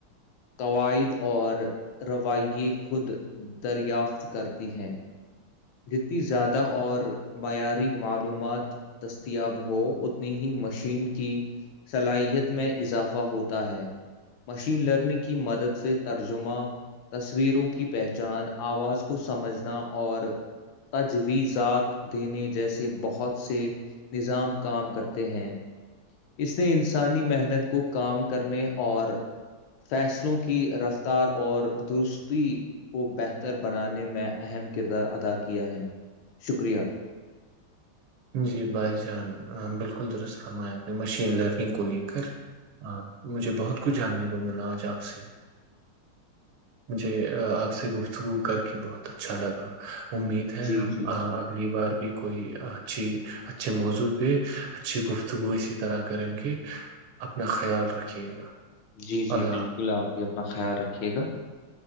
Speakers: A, on the left (about 75°); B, on the right (about 80°).
A: قواعد اور رویے خود دریافت کرتی ہیں جتنی زیادہ اور معیاری معلومات دستیاب ہو ہو اتنی ہی مشین کی صلاحیت میں اضافہ ہوتا ہے مشین لرننگ کی مدد سے ترجمہ تصویروں کی پہچان آواز کو سمجھنا اور تجویزات دینے جیسے بہت سے نظام کام کرتے ہیں اس نے انسانی محنت کو کام کرنے اور فیصلوں کی رفتار اور درستی کو بہتر بنانے میں اہم کردار ادا کیا ہے شکریہ
B: جی بھائی جان بالکل درست فرمایا آپ نے مشین لرننگ کو لے کر ہ مجھے بہت کچھ جاننے کو ملا آج آپ سے مجھے آپ سے گفتگو کر کے بہت اچھا لگا امید ہے
A: جی
B: ہم
A: جی
B: اگلی بار بھی کوئی اچھی اچھے موضوع پہ اچھی گفتگو اسی طرح کریں گے اپنا خیال رکھیے گا
A: جی جی
B: اللہ
A: بالکل آپ بھی اپنا خیال رکھیے گا